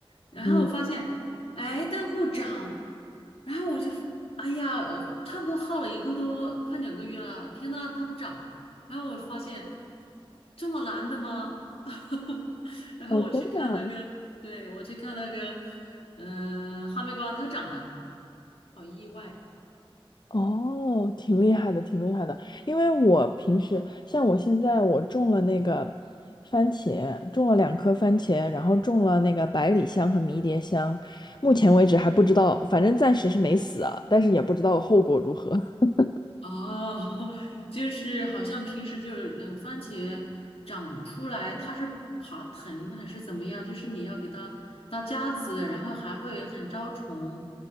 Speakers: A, on the left; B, on the left.
A: 然后我发现，
B: 嗯，
A: 哎，都不长。然后我就，哎呀，呃差不多耗了一个多，快两个月了。天呐，它不长。然后我发现这么难的吗？<laughs> 然后我去看那个，
B: 哦，真的。
A: 对，我去看那个，嗯、哈密瓜它长了，好意外。
B: 哦，挺厉害的，挺厉害的。因为我平时像我现在我种了那个番茄，种了两颗番茄，然后种了那个百里香和迷迭香，目前为止还不知道，反正暂时是没死啊，但是也不知道后果如何。<laughs>
A: 哦，<laughs> 就是好像平时就是呃，番茄长出来它是爬藤还是怎么样？就是你要给它搭架子，然后还会很招虫，